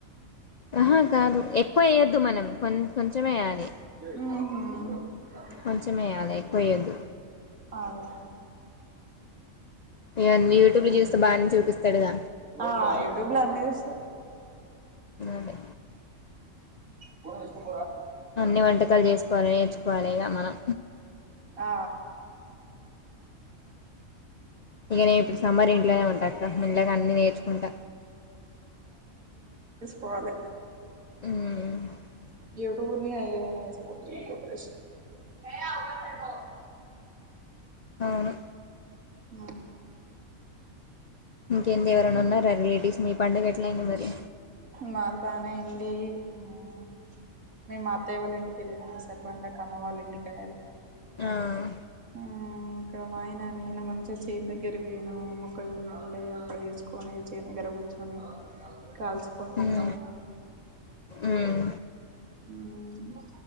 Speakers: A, on the left (about 65°); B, on the right (about 80°).
A: ఆహా కాదు ఎక్కువ వేయ్యొద్దు మనం కొం కొంచెమేయ్యాలి.
B: ఉహు
A: కొంచెం ఏయాలే ఎక్కువ ఏయద్దు
B: అదే అదే
A: ఇవన్నీ యూట్యూబ్లో చూస్తే బాగానే చూపిస్తాడుగా
B: ఆ యూట్యూబ్ ల అన్నీ చూస్తా
A: అదే
B: కు
A: అన్ని వంటకాలు చేసుకోవాలి నేర్చుకోవాలి ఇగ మనం
B: ఆ
A: ఇగ నేనీప్పుడు సమ్మర్ ఏం ఇంట్లనే ఉంటాక్క మెల్లగా అన్నీ నేర్చుకుంటా
B: పోవాలే
A: ఉమ్
B: యూట్యూబ్ నీ ఆయదనిగా ఎస్కో <unintelligible> ఎస్కో
A: అవును
B: ఆహా
A: ఇంకేంది ఎవరైనా ఉన్నారా రిలేటివ్స్ మీ పండగ ఎట్లయింది మరి
B: మాది బానే అయింది హ్మ్మ్ మేమత్ అత్తయ్య వాళ్ళింటికి వెళ్లిన ఈసారి పండక్కి అమ్మ వాళ్ళ ఇంటికి వెళ్ళాలి
A: హ్మ్మ్
B: హ్మ్మ్ ఇక్కడ మా ఆయన నేను మంచిగా చేన్ దగ్గర పోయినమ్ కొంచం సేపు ఉండి అక్కడ ఏసుకుని చేన్ దగ్గర కూర్ ని కాల్చుకని తిన్నాము
A: ఉమ్ ఉమ్
B: హ్మ్మ్